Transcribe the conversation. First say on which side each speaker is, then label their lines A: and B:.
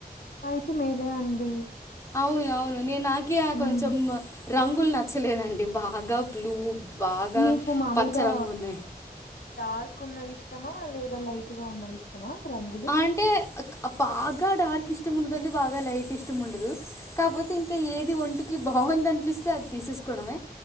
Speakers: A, on the left (about 80°); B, on the left (about 20°).
A: అయితే మేలే అండి
B: అవును అవును నేను నాక
A: హ్మ్.
B: కొంచెం రంగులు నచ్చలేదండి బాగా బ్లూ బాగా
A: మీకు మామూలుగా
B: పచ్చరంగు ఉన్నాయి
A: డార్క్ ఉన్నవి ఇష్టమా లేదా లైట్ గా ఉన్నవి ఇష్టమా రంగులు
B: ఆ! అంటే బాగా డార్క్ ఇష్టం ఉండదండి బాగా లైట్ ఇష్టం ఉండదు కాకపోతే ఇంకా ఏది వంటి కి బాగుంది అనిపిస్తే అది తీసేసుకోవడమే